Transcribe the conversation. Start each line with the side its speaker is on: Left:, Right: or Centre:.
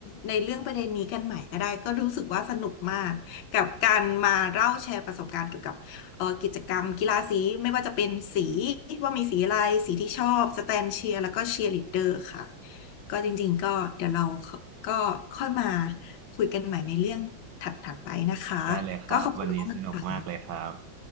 Left: ในเรื่องประเด็นนี้กันใหม่ก็ได้ก็รู้สึกว่าสนุกมากกับการมาเล่าแชร์ประสบการณ์เกี่ยวกับเอ่อกิจกรรมกีฬาสีไม่ว่าจะเป็นสีว่ามีสีอะไรสีที่ชอบสแตนเชียร์แล้วก็เชียร์ลีดเดอร์ค่ะก็จริงๆก็เดี๋ยวเราก็ค่อยมาคุยกันใหม่ในเรื่องถัดๆไปนะคะ
Right: ได้เลยครับวันนี้สนุกมากเลยครับ
Left: ก็ขอบคุณมากค่ะ